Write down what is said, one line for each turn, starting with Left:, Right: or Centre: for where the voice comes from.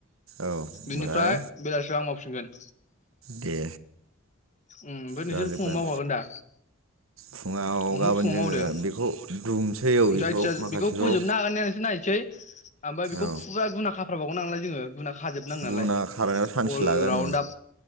Right: औ ओमफ्राय
Left: बेनिफ्राय बेलासियाव आं मावफिनगोन
Right: दे
Left: उम ओमफ्राय नोंसोर
Right: जाजोबगोन
Left: फुङाव मावखागोन दा
Right: फुङाव
Left: न'खौय
Right: गाबोन
Left: फुङाव
Right: जोङो
Left: मावदो
Right: बेखौ दुमसै औ
Left: जायखिजया
Right: माखासेखौ
Left: बेखौ फोजोबनो हागोनना हाया नायसै ओमफ्राय बेखौ
Right: औ
Left: फुरा गुना खाफ्राबावगोन नालाय जोङो गुना खाजोबनांगोन नालाय
Right: गुना खारायाव सानसे
Left: अल
Right: लागोन
Left: राअनदाब